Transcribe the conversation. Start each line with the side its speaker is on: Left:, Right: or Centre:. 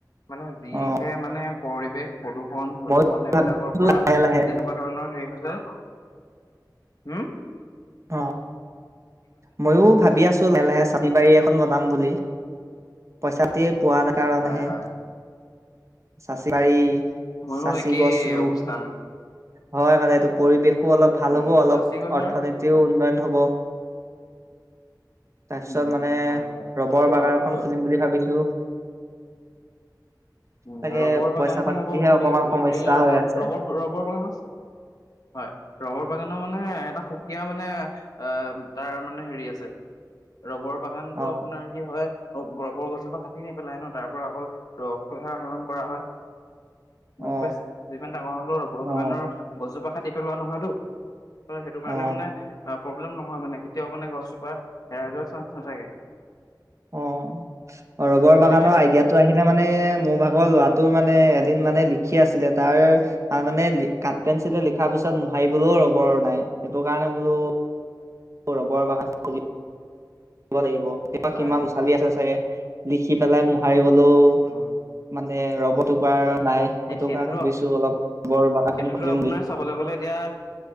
Left: মানে যিহে
Right: অ
Left: মানে পৰিৱেশ প্ৰদূৰ্ষণ প্ৰদূৰ্ষন
Right: মইো
Left: এইবিলাকৰ পৰা
Right: লাহে লাহে
Left: যেনেকুৱা ধৰণৰ হেৰি উম!
Right: অ', মইও ভাবি আছো লাহে লাহে চাৰি বাৰী এখন বনাম বুলি। পইচাটে পোৱা কাৰণেহে-
Left: হয় হয়
Right: চাচি বাৰী
Left: ময়ো
Right: চাচি
Left: একেই
Right: গছ ৰুম
Left: অৱস্থা-
Right: হয় মানে এইটো পৰিৱেশ। অলপ ভাল
Left: উম
Right: হ'ব অলপ
Left: চাচি গছৰ
Right: অৰ্থনীতি উন্নয়ন হ'ব। তাৰ পিছত
Left: উম
Right: মানে
Left: হয় হয়
Right: ৰবৰ
Left: এইটো
Right: বাগান
Left: ভাল কথা
Right: এখন
Left: ভাবিছো।
Right: খুলিম বুলি ভাবিছো।
Left: উম!
Right: তাকে
Left: ৰবৰ বাগানখন
Right: পইচা পাতিহে
Left: আকৌ খুলি
Right: অকমান সমস্যা
Left: খুলিলে ৰ
Right: হৈ আছে
Left: ৰবৰ ৰবৰ বাগান আছে হয় ৰবৰ- বাগানৰ মানে এটা সুকীয়া মানে অ', তাৰ মানে হেৰি আছে। ৰবৰৰ বাগানতো
Right: অ
Left: আপোনাৰ কি হয়? অ', গৰ্বৰ গছজোপা কাটি নেপেলাই ন তাৰ পৰা অকল ৰস তোহে আহৰণ কৰা হয়।
Right: অ
Left: বুজি পাইছে, যিমান ডাঙৰ হলেও ৰবৰ
Right: অ
Left: বাগানৰ গছ জোপা কাটি পেলোৱা নহয়তো। হয় সেইটো
Right: অ
Left: কাৰণে মানে অ! প্ৰব্লেম নহয় মানে কেতিয়াও মানে গছজোপা হেৰাই যোৱাৰ চান্স নাথাকে।
Right: অ', ৰবৰ
Left: বুজি
Right: বাগানৰ
Left: পাইছে
Right: আইডিয়াটো
Left: কথাটো
Right: আহিলে মানে মোৰ ভাগৰ ভাগৰ ল'ৰাটোৰ মানে এদিন মানে লিখি আছিলে তাৰ মানে কাট পেঞ্চিলে লিখাৰ পিছত মোহাৰিবলৈ ৰবৰ নাই, সেইটোকাৰণেই বুলো ৰবৰৰ বাগান লাগিব। কেতিয়াবা
Left: হয়
Right: কিমান
Left: হয়
Right: ল'ৰা ছোৱালী আছে চাগে লিখি পেলাই মোহাৰিবলৈ লোওঁ
Left: উম
Right: মানে- মানে ৰবৰ টুকুৰা নাই
Left: সেই
Right: সেইটো
Left: সেইটোতো
Right: কাৰণে ভাবিছো অলপ বৰ বাগানখন
Left: সেইটোতো
Right: খুলিম
Left: আপোনাৰ
Right: বুলি
Left: চাবলৈ গ'লে এতিয়া